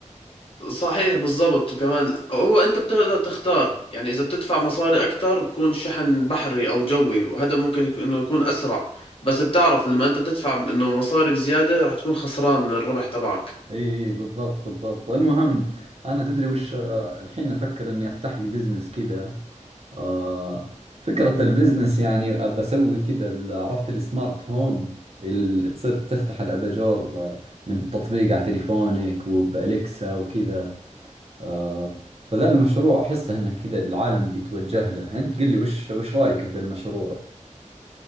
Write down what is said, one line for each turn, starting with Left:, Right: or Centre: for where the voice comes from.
Left: صحيح بالضبط وكمان هو انت بتقدر تختار يعني اذا بتدفع مصاري اكثر بكون شحن بحري او جوي وهذا ممكن يك- انه يكون اسرع بس بتعرف لما انت تدفع انه مصاري بزيادة رح تكون خسران من الربح تبعك
Right: اي إي بالضبط بالضبط المهم انا تدري وش آه، الحين افكر اني افتح لي بزنس كذا آه فكرة البزنس يعني أبى أسوي كذا ال- عرفت السمارت هوم اللي تصير تفتح الأباجور آه، من تطبيق على تليفونك وبأليكسا وكذا آه فذا المشروع أحسه إنه كذا العالم بيتوجه له أنت قل لي وش وش رأيك في ذا المشروع؟